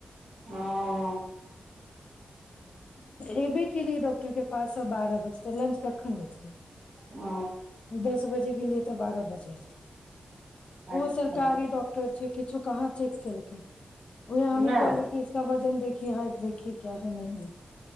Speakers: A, on the right (about 55°); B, on the left (about 55°).
A: हँ
B: एबे केिए ॉक्टर के पास बारह बजे त लंच रखन दैतीयै?
A: ओ
B: दस बजे गेलि तऽ बारह बजे
A: अच्छा
B: ओ सरकारी डॉ टर छैय किछु कहाँ चेक केलकै उहे हमही
A: नहि
B: कहलियै <unintelligible> देखि हाइ देखी क्या है नहि है।